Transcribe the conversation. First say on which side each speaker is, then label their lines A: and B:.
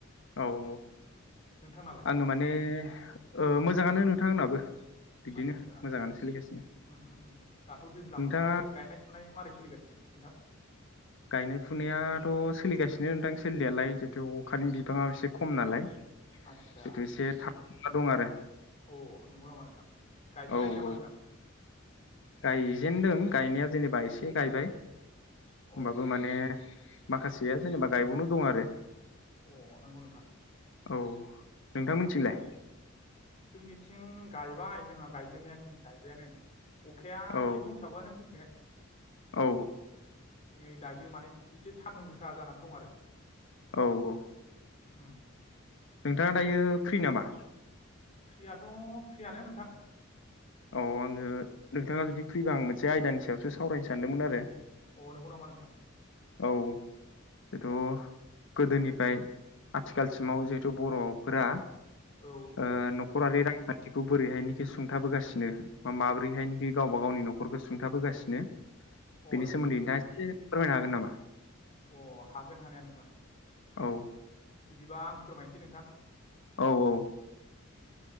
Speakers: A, on the left (about 65°); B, on the left (about 35°).
A: औ औ
B: नोंथांनालाय
A: आङो माने ओ मोजां। मोजाङानो नोंथां आंनाबो। बिदिनो
B: आदसा
A: मोजाङानो सोलिगासिनो
B: ओम ओम दाथ दैज्लां
A: नोंथाङा
B: बोथोर गायनाय फुनाय मारै सोलिगासिनो? खोथा
A: गायनाय फुनायाथ सोलिगासिनो नोंथां सोलिनायालाय जिन्थु अखानि बिबाङा एसे खम नालाय।
B: आतसा
A: जिथु एसे थाबथाना दं आरो
B: अ नंगौ नामा नोंथां? गायजेनाखै
A: औ
B: नामा
A: औ
B: नोंथां?
A: गायजेनदों गायनाया जेनेबा एसे गायबाय। होमबाबो
B: अ
A: माने माखासेया जेनेबा गायबावनो दं आरो।
B: अ नंगौ नोंथां।
A: औ नोंथांमोनथिंलाय
B: ओ ओ जोंनिथिं गाय बाय जोंहा गायजेननाया दिनै गायबायानो। अखाया
A: औ
B: एसे दंसाबोआ नो जोंथिंहाय
A: औ
B: नै दायो माने एसे सान्दुं गोसा जानानै दं आरो।
A: औ औ
B: ओम
A: नोंथाङा दायो फ्रि नामा?
B: फ्रियाथ फ्रियानो नोंथां।
A: औ आङो नोंथाङा जुदि फ्रिबा आं मोनसे आयदानि सायावसो सावरायनो सानदोंमोन आरो।
B: अ नंगौ नामा नोंथां?
A: औ
B: अ
A: जेथु गोदोनिफ्राय आथिखालसिमाव जिहेथु बर'फोरा
B: औ
A: ओ न'खरारि हाथिखौ बोरैहायनोखि सुंथाबोगासि नो माब्रैहायनोखि गावबा गावनि न'खरखौ सुंथाबोगासिनो
B: औ
A: बेनि
B: अ नंगौ
A: सोमोनदै
B: नोंथां
A: नोंथाङा एसे फोरमायनो हागोन नामा?
B: अ हागोन हानाया नोंथां।
A: औ
B: बिदिबा आं फोरमायनोसै नोंथां।
A: औ औ।